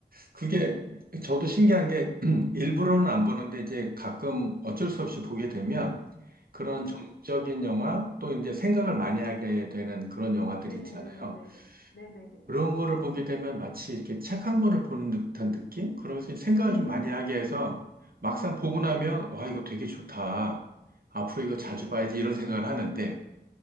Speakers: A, on the right; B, on the left.
A: 그게 저도 신기한 게 <clears throat> 일부러는
B: 네.
A: 안 보는데 이제 가끔 어쩔 수 없이 보게 되면 그런
B: 네.
A: 정적인 영화 또 이제 생각을 많이 하게 되는 그런 영화들
B: 네네네네네네.
A: 있잖아요.
B: 네네네.
A: 그런 거를 보게 되면 마치 이렇게 책 한 권을 보는 듯한 느낌? 그러면서 생각을
B: 음,
A: 좀 많이 하게 해서 막상
B: 음,
A: 보고 나면 와, 이거 되게 좋다. 앞으로 이거
B: 네.
A: 자주 봐야지 이런 생각을 하는데